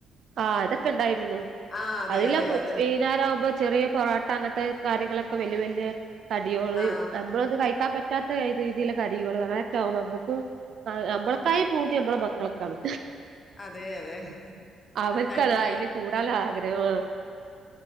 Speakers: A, on the right; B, on the left.
A: ആ അതൊക്കെ ഉണ്ടായിരുന്നു
B: ആ അതെ
A: അതില്ലാം
B: അതെ
A: വൈകനേരം
B: അതെ
A: ആകുമ്പോ ചെറിയ പാട്ട് അങ്ങനത്തെ കാര്യങ്ങളൊ ക്കെ വല്യ വല്യ കടിയോള്
B: ആ
A: നമ്മളത് കഴിക്കാൻ പറ്റാത്ത രീതിയിലുള്ള കടികൾ അങ്ങനെയൊക്കെ ആകുമ്പോ നമ്മുക്കും നമ്മക്കായി പൂതി നമ്മളെ മക്കൾക്കാണ്
B: അതെ അതെ
A: അവർകതാ
B: അത് കഴിക്കാൻ
A: അയില് കൂടാല്ല ആ ഗ്രെഹാമാ